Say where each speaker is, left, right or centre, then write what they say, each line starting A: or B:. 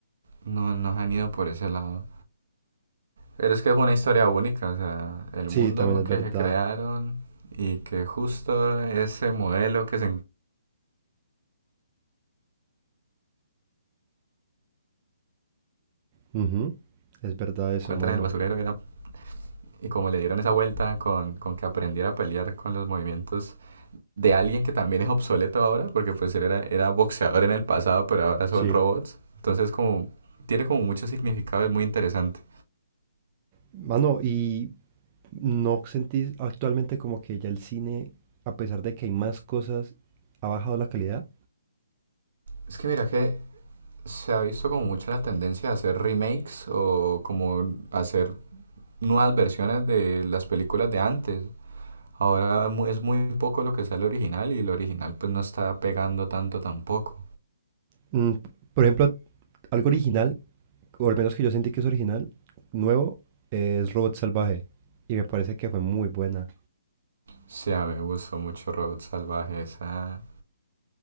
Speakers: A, on the right; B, on the right.
A: no nos han ido por ese lado. Pero es que es una historia única, o sea, el
B: Sí,
A: mundo
B: también es
A: que
B: verdad.
A: se crearon y que justo ese modelo que se
B: Ujú, Es verdad eso,
A: encuentra
B: mano.
A: en el basurero era... Y como le dieron esa vuelta con, con que aprendiera a pelear con los movimientos de alguien que también es obsoleto ahora, porque pues él era, era boxeador en el pasado, pero ahora son
B: Sí.
A: robots. Entonces como tiene como mucho significado, es muy interesante.
B: Mano, y ¿No sentís actualmente como que ya el cine, a pesar de que hay más cosas, ha bajado la calidad?
A: Es que mira que se ha visto como mucho la tendencia a hacer remakes o como hacer nuevas versiones de las películas de antes. Ahora mu- es muy poco lo que sale original y el original pues no está pegando tanto tampoco.
B: Mm, p- por ejemplo, algo original, o al menos que yo sentí que es original, nuevo, es Robot Salvaje. Y me parece que fue muy buena.
A: Sí, a mí me gustó mucho Robot Salvaje. Esa,